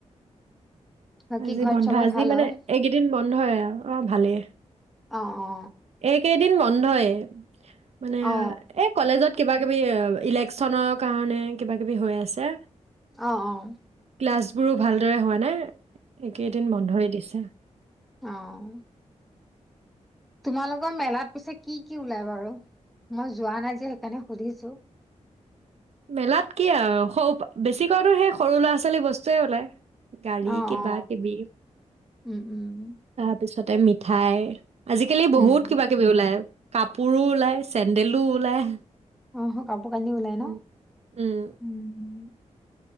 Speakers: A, in the centre; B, on the right.
A: বাকী
B: আজি
A: ঘৰত
B: বন্ধ
A: চবে
B: আজি
A: ভাল
B: মানে
A: আৰু
B: এইকেইদিন বন্ধ হয় আৰু অ', ভালেই।
A: অ অ
B: এইকেইদিন ম' বন্ধয়। মানে,
A: অ
B: এই কলেজত কিবা কিবি, ইলেকচনৰ কাৰণে, কিবা কিবি হৈ আছে।
A: অ'! অ'!
B: গ্লাছবোৰো ভালদৰে হোৱা নাই। এইকেইদিন বন্ধই দিছে।
A: অঁ! তোমালোকৰ মেলাত, পিছে কি কি ওলাই বাৰু? মই যোৱা নাই যে, সেইকাৰণে সুধিছো।
B: মেলাত কি আৰু সৰু বেছিকেনো সেই, সৰু ল'ৰা ছোৱালী বস্তুৱে ওলায়। গাড়ী
A: অ
B: কিবা
A: অ
B: কিবি,
A: উম উম
B: তাৰপিছত তাই মিঠাই আজিকালি
A: উম
B: বহুত কিবা কিবি ওলায়। কাপোৰো ওলায়, চেণ্ডেলো ওলায়।
A: অ' হ কাপু কান নি লাই ন'
B: উম উম,
A: উম।